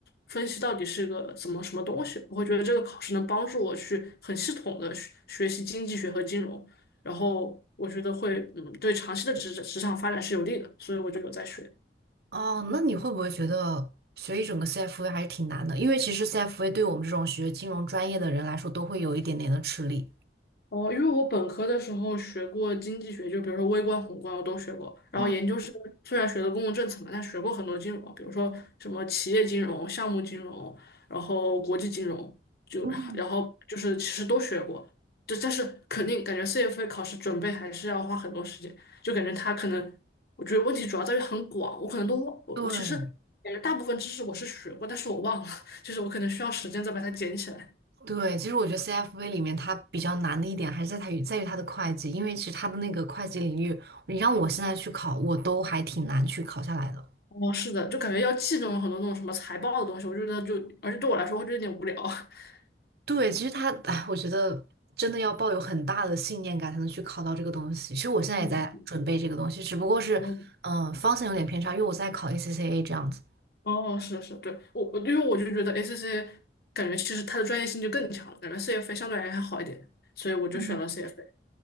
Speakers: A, on the left; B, on the right.
A: 分析到底是个什么什么东西。我会觉得这个考试能帮助我去很系统的学学习经济学和金融。然后我觉得会嗯对长期的职职场发展是有利的，所以我就有在学。
B: 哦，那你会不会觉得学一整个 CFA 还是挺难的？因为其实 CFA 对我们这种学金融专业的人来说，都会有一点点的吃力。
A: 哦，因为我本科的时候学过经济学，就比如说微观、宏观我都学过。然后研究生虽然学的公共政策嘛，
B: 嗯，
A: 但学过很多金融，比如说什么企业金融、项目金融，然后国际金融，就然后就是其实都学过。
B: 嗯
A: 就但是肯定感觉 CFA 考试准备还是要花很多时间，就感觉它可能，我觉得问题主要在于很广，我可能都忘，我我其实感觉大部分知识我是学过，
B: 对。
A: 但是我忘了，<laughs> 就是我可能需要时间再把它捡起来。
B: 对，其实我觉得 CFA 里面它比较难的一点还是在它与在于它的会计，因为其实它的那个会计领域，你让我现在去考，我都还挺难去考下来的。
A: 哦，是的，就感觉要记那种很多那种什么财报的东西，我觉得就，而且对我来说，会就有点无聊。<laughs>
B: 对，其实它，哎，我觉得真的要抱有很大的信念感才能去考到这个东西。其实我现在也在准备这个东西，
A: 嗯，
B: 只不过是，
A: 哦，
B: 嗯、方向有点偏差，因为我在考 ACCA 这样子。
A: 哦，是是，对，我我因为我就觉得 a c c 感觉其实它的专业性就更强了，感觉 CFA 相对来说还好一点，所以我就选了
B: 嗯。
A: CFA。